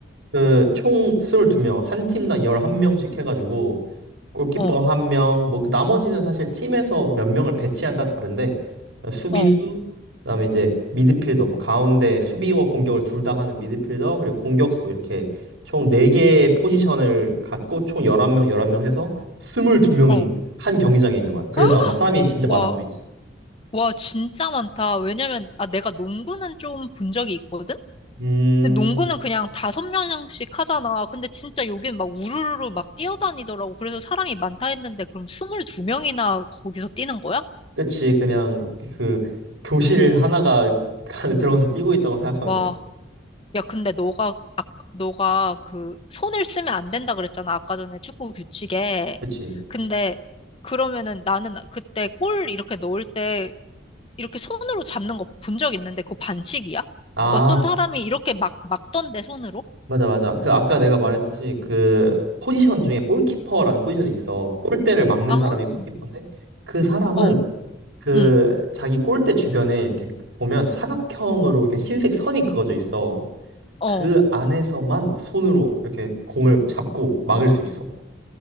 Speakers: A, on the right; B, on the left.
A: 그 총 22명, 한 팀당 11명씩 해가지고 골키퍼
B: 어,
A: 한 명, 뭐그 나머지는 사실 팀에서 몇 명을 배치하다 따라 다른데 수비수,
B: 어,
A: 그다음에 이제 미드필더, 뭐 가운데 수비와 공격을 둘 다 하는 미드필더, 그리고 공격수 이렇게 총 네개의 포지션을 갖고 총 11명, 11명 해서 22명이
B: 어.
A: 한 경기장에 있는 거야. 그래서
B: <gasps>
A: 아마 사람이 진짜
B: 와,
A: 많아 보이지.
B: 와, 진짜 많다. 왜냐면, 아, 내가 농구는 좀 본 적이 있거든?
A: 음,
B: 근데 농구는 그냥 다섯 명씩 하잖아. 근데 진짜 여긴 막 우르르르 막 뛰어다니더라고. 그래서 사람이 많다 했는데 그럼 22명이나 거기서 뛰는 거야?
A: 그치. 그냥 그 교실 하나가 <laughs> 안에 들어가서 뛰고 있다고 생각하면
B: 와.
A: 돼.
B: 야, 근데 너가, 아, 너가 그 손을 쓰면 안 된다 그랬잖아. 아까 전에 축구 규칙에.
A: 그치.
B: 근데 그러면은 나는 그때 골 이렇게 넣을 때 이렇게 손으로 잡는 거 본 적 있는데 그거 반칙이야?
A: 아,
B: 어떤 사람이 이렇게 막 막던데 손으로?
A: 맞아, 맞아. 그 아까 내가 말했듯이 그 포지션 중에 골키퍼라는 포지션이 있어. 골대를 막는
B: 아,
A: 사람이 골키퍼인데 그 사람은
B: 어,
A: 그
B: 응,
A: 자기 골대 주변에 이렇게 보면 사각형으로 이렇게 흰색 선이 그어져 있어.
B: 어.
A: 그 안에서만 손으로 이렇게 공을 잡고 막을 수 있어.